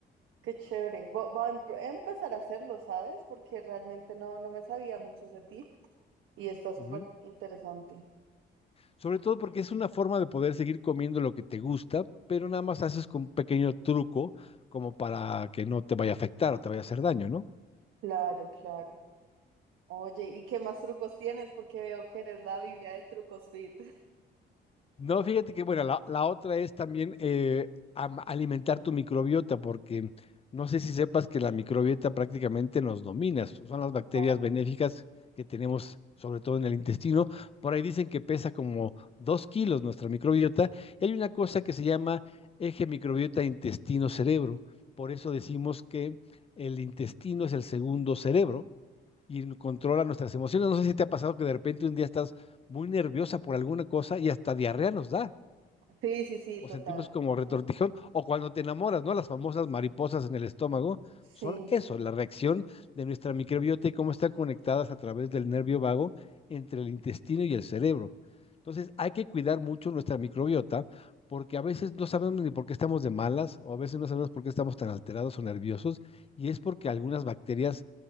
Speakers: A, on the right; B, on the left.
A: Qué chévere. Vo- Voy a em- empezar a hacerlo, ¿sabes? Porque realmente no, no me sabía mucho ese tip y está súper
B: Ujú.
A: interesante.
B: Sobre todo porque es una forma de poder seguir comiendo lo que te gusta, pero nada más haces con un pequeño truco como para que no te vaya a afectar o te vaya a hacer daño, ¿no?
A: Claro, claro. Oye, ¿y qué más trucos tienes? Porque veo que eres la Biblia de trucos fit.
B: No, fíjate que, bueno, la, la otra es también eh, am- alimentar tu microbiota, porque no sé si sepas que la microbiota prácticamente nos domina. s- Son las bacterias
A: <laughs> Ajá.
B: benéficas que tenemos, sobre todo en el intestino. Por ahí dicen que pesa como dos kilos nuestra microbiota. Y hay una cosa que se llama eje microbiota intestino-cerebro. Por eso decimos que el intestino es el segundo cerebro y controla nuestras emociones. No sé si te ha pasado que de repente un día estás muy nerviosa por alguna cosa y hasta diarrea nos da,
A: Sí, sí, sí,
B: o
A: total,
B: sentimos como
A: total.
B: retortijón, o cuando te enamoras, ¿no? Las famosas mariposas en el estómago
A: Sí.
B: son eso, la reacción de nuestra microbiota y cómo están conectadas a través del nervio vago entre el intestino y el cerebro. Entonces, hay que cuidar mucho nuestra microbiota porque a veces no sabemos ni por qué estamos de malas o a veces no sabemos por qué estamos tan alterados o nerviosos y es porque algunas bacterias